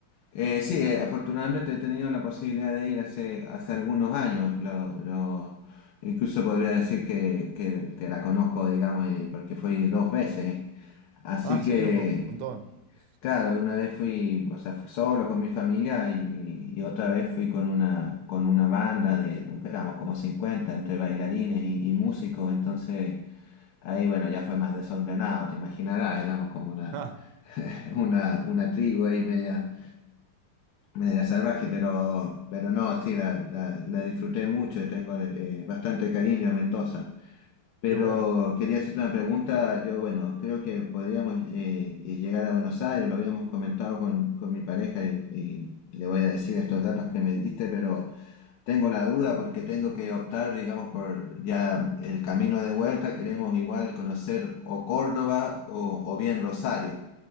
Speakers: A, on the left; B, on the right.
A: Eh, sí, eh, afortunadamente he tenido la posibilidad de ir hace, hace algunos años, lo, lo- incluso podría decir que, que- que la conozco, digamos, y- porque fui dos veces. Así
B: Ah,
A: que,
B: sí, un mo- montón. <laughs>
A: claro, una vez fui, o sea, fui solo con mi familia y, y otra vez fui con una, con una banda de, nunca éramos como 50 entre bailarines y, y músicos, entonces... Ahí, bueno, ya fue más desordenado, te imaginarás, éramos como una,
B: Ah,
A: <laughs> una, una tribu ahí media, media salvaje, pero, pero no, sí, la, la, la disfruté mucho y tengo eh, bastante cariño a Mendoza. Pero
B: qué bueno.
A: quería hacerte una pregunta, yo, bueno, creo que podríamos eh, eh, llegar a Buenos Aires, lo habíamos comentado con, con mi pareja y, y le voy a decir estos datos que me diste, pero tengo la duda porque tengo que optar, digamos, por ya el camino de vuelta. Queremos igual conocer o Córdoba o, o bien Rosario.